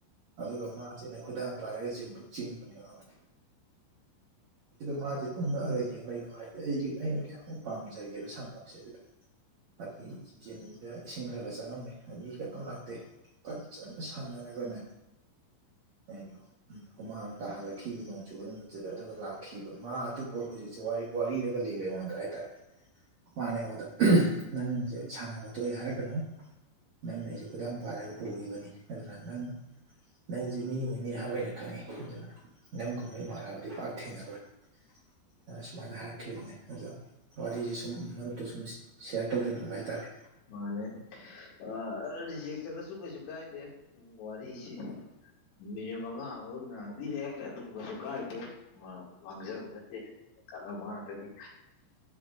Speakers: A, on the right; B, on the left.
A: ꯑꯗꯨꯒ ꯃꯥꯁꯦ ꯑꯩꯅ ꯈꯨꯗꯥꯡ ꯄꯥꯏꯔꯒ ꯖꯤꯝꯐꯧ ꯆꯤꯡꯕꯅꯦꯕ <unintelligible> ꯃꯥꯖꯦ ꯗꯨꯝ ꯉꯛꯑꯒ ꯌꯦꯡ ꯂꯩꯀꯣ ꯍꯥꯏꯗꯤ ꯑꯩꯒꯤ ꯑꯩꯅ ꯀꯌꯥꯃꯨꯛ ꯄꯥꯝꯖꯒꯦꯗꯣ ꯁꯥꯟꯅꯕꯁꯦ ꯑꯗꯨꯗ <unintelligible> ꯖꯤꯟꯗꯨꯗ ꯏꯁꯤꯡ ꯈꯔ ꯈꯔ ꯆꯪꯉꯝꯃꯦ ꯑꯗꯩ ꯀꯅꯥꯝ ꯂꯥꯛꯇꯦ ꯐꯖꯅ ꯁꯥꯟꯅꯔꯒꯅꯦ <unintelligible> ꯍꯨꯃꯥꯡ ꯇꯥꯍꯜꯂꯛꯈꯤꯕ ꯅꯣꯡ ꯆꯨꯕ ꯅꯨꯃꯤꯠꯇꯨꯗ ꯑꯗꯨꯒ ꯂꯥꯛꯈꯤꯕ ꯃꯥ ꯑꯗꯨꯒꯣꯔ ꯍꯧꯖꯤꯛꯁꯦ ꯋꯥꯔꯤ ꯋꯥꯔꯤꯔꯒ ꯂꯩꯔꯦ ꯑꯩꯉꯣꯟꯗ ꯍꯥꯏꯇꯥꯔꯦ ꯃꯥꯅꯦ ꯑꯩꯉꯣꯟꯗ ꯅꯪꯁꯦ ꯁꯥꯟꯅꯕ ꯇꯣꯛꯑꯦ ꯍꯥꯏꯔꯛꯀꯅꯨ ꯅꯪꯅ ꯑꯩꯁꯦ ꯈꯨꯗꯥꯥꯡ ꯄꯥꯏꯔꯒ ꯄꯨꯒꯤꯕꯅꯤ ꯑꯗꯨꯅ ꯅꯪ ꯅꯪꯁꯤ ꯃꯤ ꯑꯣꯏꯅꯤ ꯍꯥꯏꯕ ꯑꯩꯅ ꯈꯪꯉꯤ ꯑꯗꯨꯅ ꯅꯪꯒꯨꯝꯕ ꯏꯃꯥꯟꯅꯕꯗꯤ ꯄꯥꯛ ꯊꯦꯡꯅꯔꯣꯏ ꯑ ꯁꯨꯃꯥꯏꯅ ꯍꯥꯏ ꯈꯤꯕꯅꯦ ꯑꯗꯣ ꯋꯥꯔꯤꯁꯦ ꯁꯨꯝ ꯃꯔꯨꯞꯛꯇ ꯁꯨꯝ ꯁꯤꯌꯥꯔ ꯇꯧꯖꯅꯤꯡꯕ ꯍꯥꯏꯇꯥꯔꯦ
B: ꯃꯥꯅꯦ ꯑꯥ ꯔꯤꯖꯦꯛ ꯆꯠꯂꯁꯨ ꯀꯩꯁꯨ ꯀꯥꯏꯗꯦ ꯎꯝ ꯋꯥꯔꯤꯁꯤ ꯃꯤꯅꯤꯠ ꯃꯉꯥ <unintelligible> ꯅꯥ ꯄꯤꯔꯛꯑꯦ ꯑꯗꯨꯝ ꯀꯩꯁꯨ ꯀꯥꯏꯗꯦ ꯑꯥ ꯃꯥꯡꯖꯕ ꯅꯠꯇꯦ ꯀꯥꯟꯅꯕ ꯉꯥꯛꯇꯅꯤ